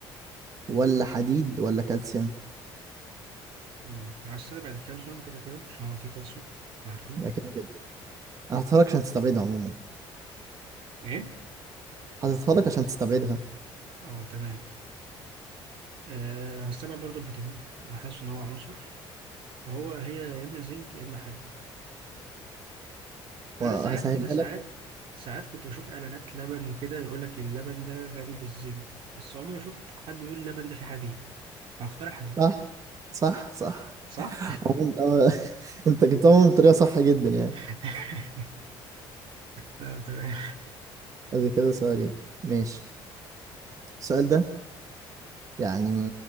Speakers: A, on the right (about 35°); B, on the right (about 65°).
A: ولا حديد ولا كالسيوم
B: مم. هستبعد الكالسيوم كده كده عشان هو فيه كالسيوم عارفين
A: يبقى كده كده أنا هحطها لك عشان تستبعدها عموما
B: ايه
A: هحطها لك عشان تستبعدها
B: اه تمام أه هستبعد برضو الفيتامين انا حاسس ان هو عنصر فهو هي يا اما زنك يا اما حديد انا
A: وهسهلها
B: ساعات كده ساعات
A: لك
B: ساعات كنت بشوف اعلانات لبن وكده يقول لك اللبن ده غني بالزنك بس عمري ما شفت حد بيقول اللبن ده فيه حديد فهختار الحديد
A: صح صح صح
B: صح
A: عموما اه <laughs> انت جبتهم بطريقة صح جدا يعني
B: <laughs> طب تمام
A: ادي كده سؤالين ماشي السؤال ده يعني